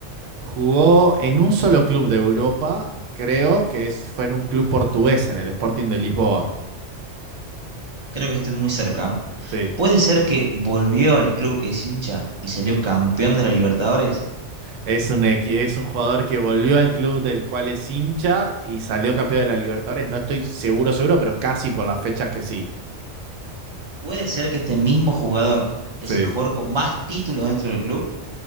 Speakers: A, on the right; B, on the right.
A: Jugó en un solo club de Europa, creo que es- fue en un club portugués, en el Sporting de Lisboa.
B: Creo que estoy muy cerca.
A: Sí.
B: ¿Puede ser que volvió al club que es hincha y salió campeón de la Libertadores?
A: Es un, equi- es un jugador que volvió al club del cual es hincha y salió campeón de la Libertadores. No estoy seguro, seguro, pero casi por las fechas que sí.
B: ¿Puede ser que este mismo jugador es
A: Sí.
B: el jugador con más títulos dentro del club?